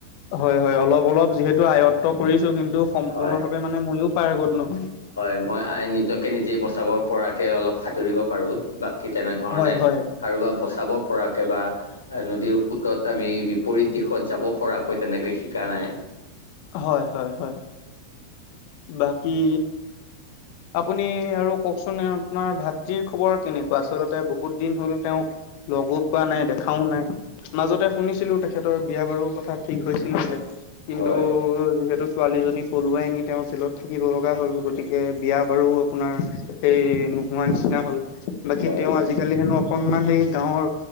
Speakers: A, on the left (about 45°); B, on the left (about 75°).
A: হয় হয় অলপ অলপ যিহেতু আয়ত্ব কৰিছো কিন্তু সম্পূৰ্ণ
B: হয়
A: ভাৱে মানে নে মইয়ো পাৰগত নহয়।
B: হয়, মই নিজকে নিজে বচাব পৰাকে অলপ সাঁতুৰিব পাৰো। বাকী তেনেধৰণে
A: হয় হয়
B: কাৰোবাক বচাব পৰাকে বা নদীৰ সোঁতত আমি বিপৰীত দিশত যাব পৰাকৈ তেনেকে শিকা নাই।
A: হয় হয় হয়। বাকী আপুনি আৰু কওকচোন আপোনাৰ ভাতৃ খবৰ কেনেকুৱা আচলতে বহুত দিন হ'ল তেওঁক লগো পোৱা নাই, দেখাও নাই। মাজতে শুনিছিলো, তেখেতৰ বিয়া বাৰু কথা ঠিক হৈছিল বোলে। কিন্তু
B: হয়
A: যিহেতু ছোৱালীজনী পলুৱাই নি তেওঁ জেলত থাকিব লগা হ'ল, গতিকে বিয়া বাৰু আপোনাৰ সেই নোহোৱা নিচিনা হ'ল। বাকী
B: হয়
A: তেওঁ আজিকালি হেনো অকনমান সেই গাঁৱৰ